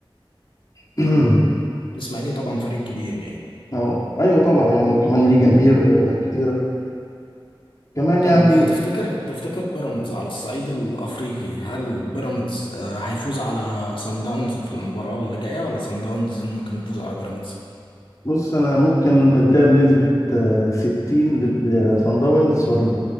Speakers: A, on the left (about 40°); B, on the left (about 65°).
A: <clears throat>
B: الإسماعيلي طبعا فريق كبير يعني
A: اه ايوه طبعا يعني وكمان ليه جماهير آه، كتيره كمان
B: طب
A: يعني
B: تفتكر تفتكر بيراميدز على الصعيد الأفريقي هل بيراميدز آه، هيفوز على صن داونز في المباراة اللي جاية ولا صن داونز ممكن يفوز على بيراميدز؟
A: بص انا ممكن اديها بنسبه آه، 60 لصن داونز و40